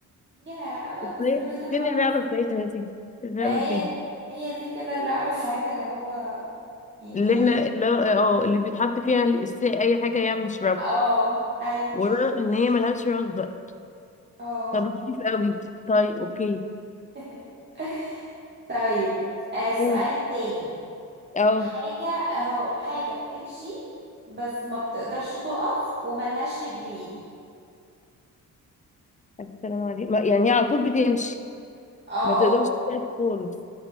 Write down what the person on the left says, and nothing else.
كوباية
فين
اللعبة بتاعتها دي اللعبة
فين
اللي احنا اللي اه اللي بيتحط فيها الس- اي حاجه يعني نشربها
ورا ان هي ملهاش راس بقى
طب لطيف قوي طيب اوكي
قول
اه
الف سلام عليك ما- يعني هي على طول بتمشي
ما تقدرش تقف خالص